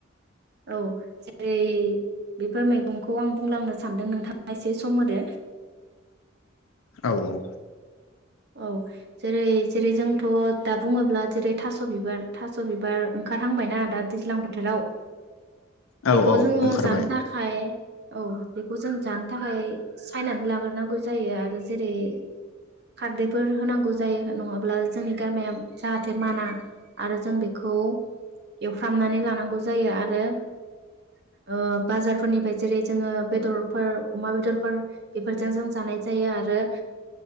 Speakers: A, on the right; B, on the left.
A: औ जेरै बेफोर मैगंखौ आं बुंलांनो सानदों नोंथाङा एसे सम होदो।
B: औ औ
A: औ जेरै जेरै जोंथ' दा बुङोब्ला जेरै थास' बिबार थास' बिबार ओंखारहांबायना दा दैज्लां बोथोराव?
B: औ
A: बेखौबो
B: औ
A: जोङो
B: ओंखारबाय
A: जानो थाखाय औ बेखौ जों जानो थाखाय सायनानै लाग्रोनांगौ जायो आरो जेरै खारदैफोर होनांगौ जायो नङाब्ला जोंनि गारामाया जाहाथे माना आरो जों बेखौ एवफ्रामनानै लानांगौ जायो आरो ओ बाजारफोरनिफ्राय जेरै जोङो बेदरफोर अमा बेदरफोर बेफोरजों जों जानाय जायो आरो